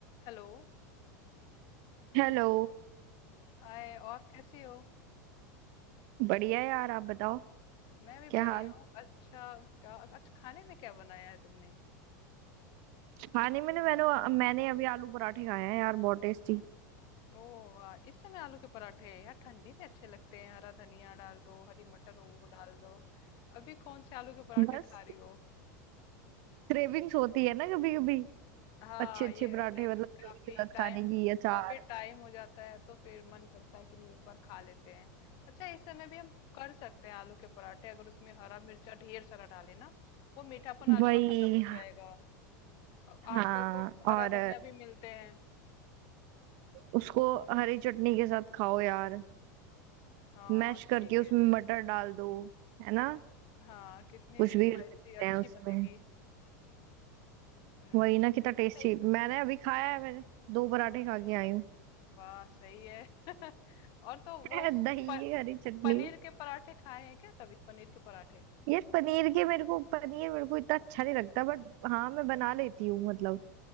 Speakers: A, on the left; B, on the right.
A: Hello
B: Hello
A: Hi और कैसी हो
B: बढ़िया यार आप बताओ
A: मैं भी
B: क्या
A: बढ़िया
B: हाल
A: हूँ अच्छा का- आज खाने में क्या बनाया है तुमने
B: खाने में ना मैंने मैंने अभी आलू पराठे खाए हैं यार बहुत टेस्टी
A: ओ वाह इस समय आलू के पराठे यार ठंडी में अच्छे लगते हैं हरा धनिया डाल दो हरी मटर हो वो डाल दो अभी कौन से आलू के पराठे
B: बस
A: खा रही हो
B: क्रेविंग्स होती है ना कभी कभी
A: हाँ
B: अच्छे अच्छे
A: ये
B: पराठे
A: होता है कि
B: मतलब
A: काफी
B: दही के साथ
A: टाइम
B: खाने की अचार
A: काफी टाइम हो जाता है तो फिर मन करता है कि नहीं एक बार खा लेते हैं अच्छा इस समय भी हम कर सकते हैं आलू के पराठे अगर उसमें हरा मिर्चा ढेर सारा डाले ना वो मीठापन आलू
B: वही
A: का खत्म हो जाएगा अ-
B: हाँ
A: आजकल तो हरा
B: और
A: धनिया भी मिलते हैं
B: उसको हरी चटनी के साथ खाओ यार
A: हाँ
B: मैश
A: सही
B: करके उसमें
A: कह रहे
B: मटर डाल दो है ना
A: हो हाँ कितनी
B: कुछ भी
A: स्पाइसी
B: कर सकते
A: अच्छी
B: हैं उसमें
A: बनेगी हम्म
B: वही ना कितना
A: अच्छा
B: टेस्टी
A: ये-
B: मैंने अभी खाया है मैंने दो पराठे खा के आई हूँ
A: वाह सही है <laughs> और तो
B: <laughs>
A: वो
B: दही
A: प,
B: हरी चटनी
A: पनीर के पराठे खाए हैं क्या कभी पनीर के पराठे
B: यार पनीर के मेरे को पनीर मेरे को इतना अच्छा नहीं लगता बट हाँ मैं बना लेती हूँ मतलब